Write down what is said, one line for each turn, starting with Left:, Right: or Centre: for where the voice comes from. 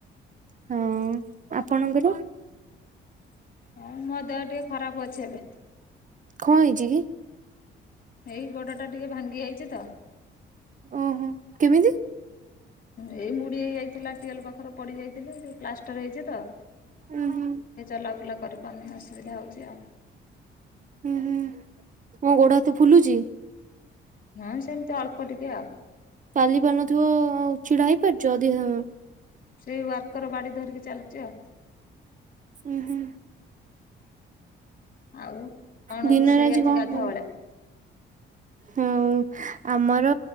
Left: <inaudible>
Right: ହଁ। ଆପଣଙ୍କର?
Left: ହଁ ମୋ ଦେହ ଟିକେ ଖରାପ ଅଛି ଏବେ।
Right: କଣ ହେଇଛି କି?
Left: ଏଇ ଗୋଡ ଟା ଟିକେ ଭାଙ୍ଗି ଯାଇଛି ତ।
Right: ଓହୋ କେମିତି?
Left: ଏଇ ମୁଡି ହେଇ ଯାଇଥିଲା ଟିଅଲ ପାଖରେ ପଡି ଯାଇଥିଲେ ସେ ପ୍ଲାଷ୍ଟର ହେଇଛି ତ। ସେ
Right: ଉଁ ହୁଁ
Left: ଚଲା ବୁଲା କରିପାରୁନି ଅସୁବିଧା ହେଉଛି ଆଉ।
Right: ହୁଁ ହୁଁ ମୋ କ ଗୋଡ ହାତ ଫୁଲୁଛି?
Left: ନାଁ ସେମିତି ଅଳପ ଟିକେ ଆଉ।
Right: ଚାଲି ପାରୁନଥିବ ହଉ ଛିଡା ହେଇ ପାରୁଛ ଅଧିକ ସମ
Left: ସେଇ ୱାର୍କର ବାଡି ଧରିକି ଚାଲଛି ଆଉ।
Right: ଉଁ ହୁଁ।
Left: ଆଉ କଣ
Right: ଦିନରେ
Left: ରୋଷେଇ ଆଜି
Right: କଣ
Left: ଗାଧୁଆ
Right: ଖାଇଲ?
Left: ବେଳେ?
Right: ହଁ ଆମର